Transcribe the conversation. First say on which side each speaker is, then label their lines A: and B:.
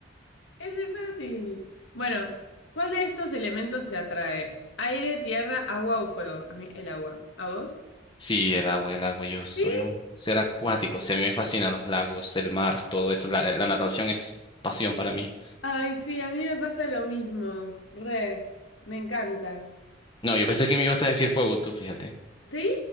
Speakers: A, on the left; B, on the left.
A: Es re fácil. Bueno, ¿cuál de estos elementos te atrae? ¿Aire, tierra, agua o fuego? A mí el agua. ¿A vos?
B: Sí, el agua, el agua, yo soy
A: Sí.
B: un ser acuático. Sí, a mí me fascinan los lagos, el mar, todo eso. La, la natación es pasión para mí.
A: Ay, sí, a mí me pasa lo mismo, re, me encanta.
B: No, yo pensé que me ibas a decir fuego tú, fíjate.
A: ¿Sí?